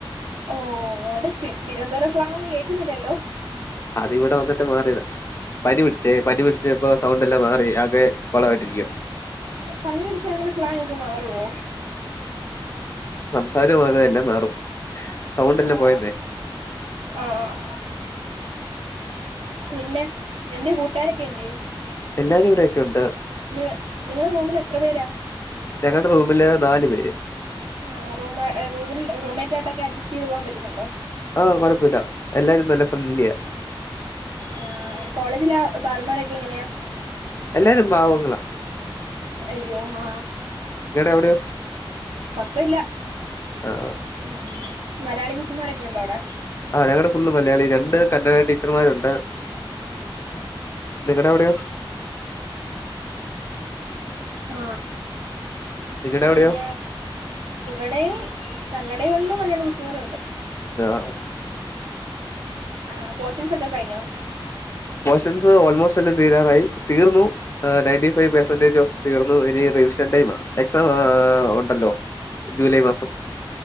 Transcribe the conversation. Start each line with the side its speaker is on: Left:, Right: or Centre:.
Right: ഓ അവിടെ തിരുവനന്തപുരം സ്ലാങ് ഒന്നും കേൾക്കുന്നില്ലല്ലോ
Left: അതിവിടെ വന്നിട്ട് മാറിയതാ പനി പിടിച്ചേ പനി പിടിച്ചപ്പോ സൗണ്ട് എല്ലാം മാറി ആകെ കൊളമായിരിക്കുവാ
Right: പനി പിടിച്ചാൽ അങ്ങനെ സ്ല മാറുവോ
Left: സംസാരവും അത് തന്നെ മാറും സൗണ്ട്
Right: ആഹ്
Left: എല്ലാം പോയെന്നെ
Right: ആഹ് പിന്നെ നിന്റെ കൂട്ടുകാരൊക്കെ എന്ത്യേ
Left: എല്ലാരും ഇവിടെയെക്ക ഉണ്ട്
Right: നിങ്ങ നിങ്ങൾ റൂമിൽ എത്ര പേരാ
Left: ഞങ്ങളുടെ റൂമില് നാലു പേര്
Right: ആ റൂമ് റൂമിൽ റൂംമേറ്റ് ആയിട്ടൊക്കെ അഡ്ജസ്റ്റ് ചെയ്ത് പോകാൻ പറ്റുന്നുണ്ടോ
Left: ആ കൊഴപ്പിമില്ല എല്ലാരും നല്ല ഫ്രണ്ട്ലിയാ
Right: ആ കോളേജിലെ സാറമാരൊക്കെ എങ്ങനെയാ
Left: എല്ലാരും പാവങ്ങള
Right: യ്യോ ആ
Left: അവിടെയോ
Right: കുഴപ്പമില്ല
Left: ആഹ്
Right: മ്മ് മലയാളി മിസ്സുമാരെക്കെ ഉണ്ടോ അവിടെ
Left: ആ ഞങ്ങളുടെ ഫുള് മലയാളി രണ്ട് കന്നഡ ടീച്ചർമാരുണ്ട് നിങ്ങട അവിടെയോ
Right: ആ
Left: നിങ്ങടെ
Right: പിന്നെ
Left: അവിടെയോ
Right: ഇവിടെയും കന്നടയെ ഉള്ളു ല്ല മിസ്സുമാര് ഉണ്ട്
Left: ആഹ്
Right: ആ പോഷൻസ് ഒക്കെ കഴിഞ്ഞോ അ <inaudible>
Left: പോഷൻസ് ഓൽമോസ്റ്റ് എല്ലാം തീരാറായി തീർന്നു ആ ണയൻ്റിഫൈവ് പെർസൻറ്റേജ് തീർന്നു ഇനി റിവിഷൻ ടൈമാ എക്സാം ഉണ്ടല്ലോ ജൂലൈ മാസം